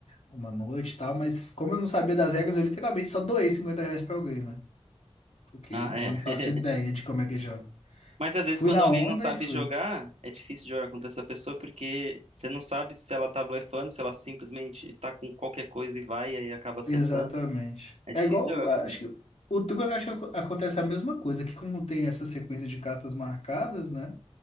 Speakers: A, on the left; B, on the right.
A: uma noite e tal, mas como eu não sabia das regras, eu literalmente só doei 50 reais pra alguém, né? Porque
B: ah, é.
A: eu não faço
B: <laughs>
A: ideia de como é que joga.
B: Mas
A: Fui
B: às vezes quando
A: na
B: alguém
A: onda
B: não sabe
A: e fui.
B: jogar, é difícil jogar contra essa pessoa porque você não sabe se ela tá blefando, se ela simplesmente tá com qualquer coisa e vai e aí acaba acertando.
A: Exatamente.
B: É difícil
A: É igual,
B: jogar
A: acho
B: contra ele.
A: que o truco, eu acho que ac- acontece a mesma coisa, que como tem essa sequência de cartas marcadas, né?